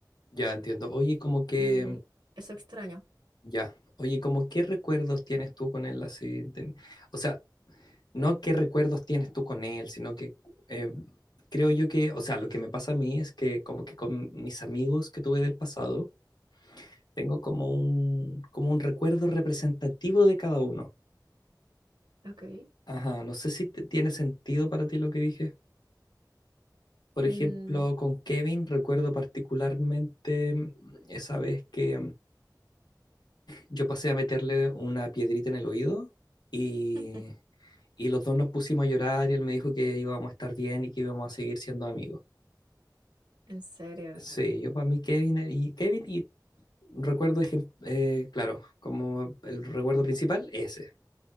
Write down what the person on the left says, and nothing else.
Ya entiendo. Oye, como que,
ya. Oye, como qué recuerdos tienes tú con él así. Ten- O sea, no qué recuerdos tienes tú con él, sino que eh, creo yo que, o sea, lo que me pasa a mí es que como que con mis amigos que tuve del pasado, tengo como un, como un recuerdo representativo de cada uno.
Ajá, no sé si te- tiene sentido para ti lo que dije. Por ejemplo,
con Kevin recuerdo particularmente mm, esa vez que mm, yo pasé a meterle una piedrita en el oído y,
y los dos nos pusimos a llorar y él me dijo que íbamos a estar bien y que íbamos a seguir siendo amigos.
Sí, yo para mí Kevin eh, y Kevin y recuerdo, ejem- eh, claro, como el recuerdo principal, ese.